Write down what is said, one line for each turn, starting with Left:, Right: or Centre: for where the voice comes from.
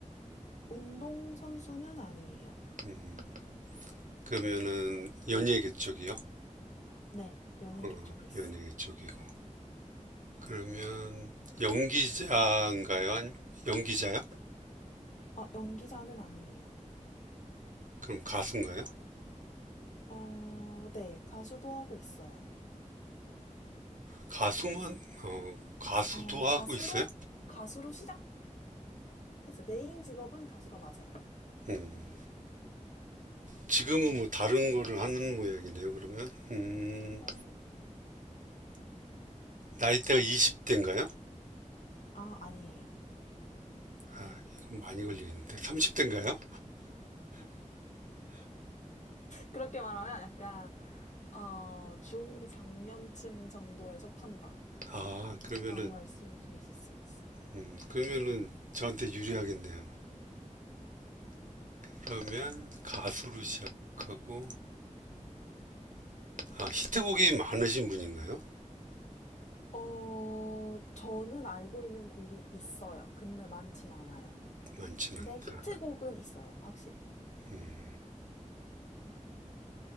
Left: 운동선수는 아니에요.
Right: 음, 그러면은 연예계 쪽이요?
Left: 네, 연예계
Right: 어,
Left: 쪽에 있습니다.
Right: 연예계 쪽이고. 그러면 연기자인가요? 아니, 연기자요?
Left: 어, 연기자는 아니에요.
Right: 그럼 가수인가요?
Left: 어, 네, 가수도 하고 있어요.
Right: 가수만 어, 가수도
Left: 어,
Right: 하고
Left: 가수로,
Right: 있어요?
Left: 가수로 시작했어요. 메인 직업은 가수가 맞아요.
Right: 음, 지금은 뭐 다른 거를 하는 모양이네요. 그러면 음,
Left: 어,
Right: 나이대가 20대인가요?
Left: 아, 아니에요.
Right: 아, 이건 많이 걸리겠는데 30대인가요?
Left: 그렇게 말하면 약간, 어, 중장년층 정도에 속한다.
Right: 아, 그러면은
Left: 라고 말씀을 드릴 수 있을 것 같습니다.
Right: 음, 그러면은 저한테 유리하겠네요. 그러면 가수로 시작하고 아 히트곡이 많으신 분인가요?
Left: 어, 저는 알고 있는 곡이 있어요. 근데 많진 않아요.
Right: 많진
Left: 근데
Right: 않다.
Left: 히트곡은 있어요. 확실히.
Right: 음,